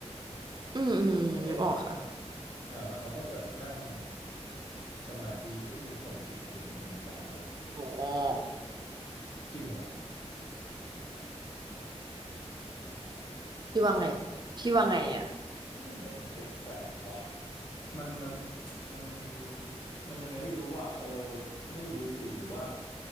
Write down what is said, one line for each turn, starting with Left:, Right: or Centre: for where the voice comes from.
Right: อืมอืมอืมนึกออกค่ะ
Left: ก็จะบอกว่าเออเขาก็จะนั่งสมาธิเพื่อที่จะส่งจิตไปถึงมวต่างดาวอะไรอย่างเงี้ย
Right: อ๋อ
Left: จริงเหรอ
Right: พี่ว่าไงพี่ว่าไงอ่ะ
Left: คิว่ามันแปลกๆว่ะมันมันมันมันมันมันยังไงไม่รู้อ่ะเออไม่รู้สิหรือว่า